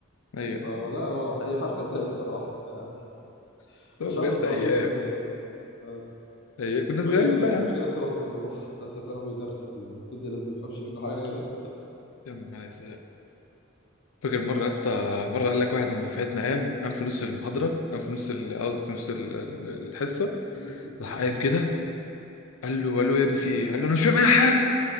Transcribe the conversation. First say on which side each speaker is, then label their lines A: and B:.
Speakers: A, on the left; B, on the left.
A: <laughs> أيوة.
B: فلا هو هي حركة تضايق بصراحة <laughs> يعني
A: So
B: مش عارف
A: بجد
B: انت
A: ايام
B: وافقته ازاي ف-
A: إيه، كنا صغيرين
B: فاكر
A: بقى
B: فاكر لسه لما كنا بنروح في ثالثة ثانوي درس الفيزياء اللي ما بنفهمش منه حاجة
A: يا عم يا نهار أزرق. فاكر مرة يا اسطى مرة قال لك واحد من دفعتنا قام قام في نص المحاضرة قام في نص ال... آه، في نص ال... ال- الحصة
B: ده
A: راح قايم كده قال له قال له يا ابني في ايه؟ قال له انا مش فاهم اي حاجة